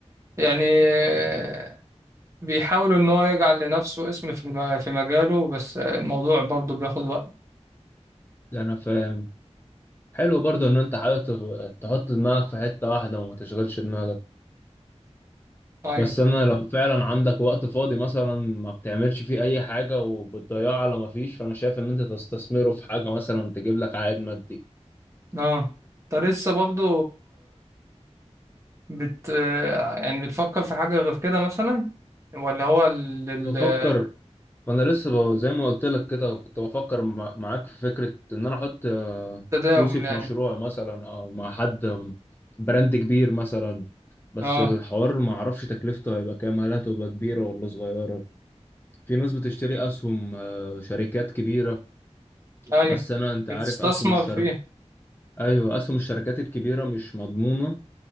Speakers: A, on the right (about 25°); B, on the left (about 20°).
A: يعني آه، بيحاول ان هو يجعل لنفسه اسم في الم... في مجاله بس آه، الموضوع برضه بياخد وقت
B: انا فاهم حلو برضو ان انت حابب تف- تحط دماغك في حتة واحدة وما تشغلش دماغك
A: ايوه
B: بس انا لو فعلا عندك وقت فاضي مثلا ما بتعملش فيه اي حاجه وبتضيعه على ما فيش فانا شايف ان انت تستثمره في حاجه مثلا تجيب لك عائد مادي
A: اه انت لسه برضه بت يعني بتفكر في حاجة غير كده مثلا ولا هو ال-
B: وافكر
A: ال-
B: ما انا لسه ب- زي ما قلت لك كده كنت بفكر مع- معاك في فكره ان انا احط آه،
A: التداول
B: فلوسي في
A: يعني
B: مشروع مثلا او مع حد براند كبير مثلا بس
A: اه
B: الحوار ما اعرفش تكلفته هيبقى كام هل هتبقى كبيره ولا صغيره في ناس بتشتري اسهم آه، شركات كبيره
A: ايوه
B: بس انا انت
A: بتستثمر
B: عارف اسهم الشركات
A: فيه
B: ايوه اسهم الشركات الكبيره مش مضمونه